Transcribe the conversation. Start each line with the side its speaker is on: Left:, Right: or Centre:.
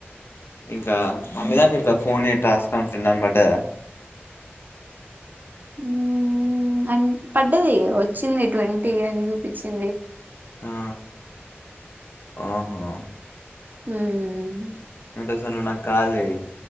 Left: ఇంకా మమ్మీదాంట్లో ఇట ఫోన్ ఎ టాస్కని ఫ్రెండ్ అని వడ్దాదా.
Right: మ్మ్ అన్ పడ్డది వచ్చింది ట్వంటీ అని చూపిచ్చింది
Left: ఆ ఓహో
Right: హ్మ్
Left: ఒకటే సారి నువ్ నాకు కాల్ చేయ్